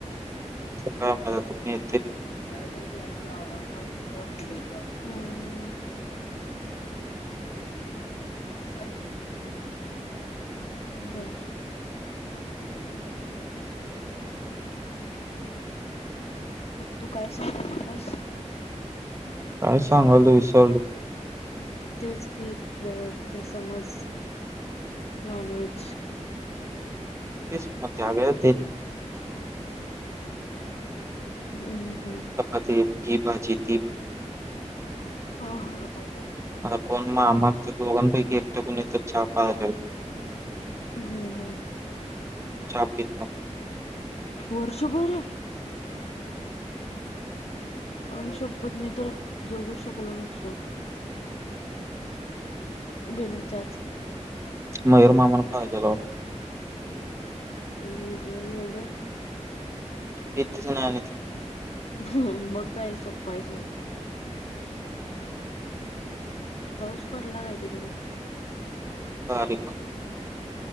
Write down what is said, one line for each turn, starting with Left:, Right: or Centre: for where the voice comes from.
Right: का मजा तुम्ही
Left: काय कीर क आव्हणताले हम् काय बरं बरं तू काय सांगाल तास.
Right: काय सांगाल तो विसरलो.
Left: तेच गीत जह ते समज नॉनवेज
Right: <unintelligible>
Left: हम्म हम्म.
Right: ठीक पाजी
Left: हा हा
Right: आता कोण मामा त्या दोघांनापैकी एकटा कोण तर चहा पाण्याचा.
Left: हम्म हम्म
Right: चहा पी
Left: वर्षभर आई शप्पथ मी तर जगू शकलो नसतो. बिना चहा च
Right: मयुर मामा पाहिजे राव
Left: आई ग एवढं
Right: येताच नाही आणि तो
Left: हम मग काय सोप हाय सोड पाऊस पडला काय तिकड
Right: बारीक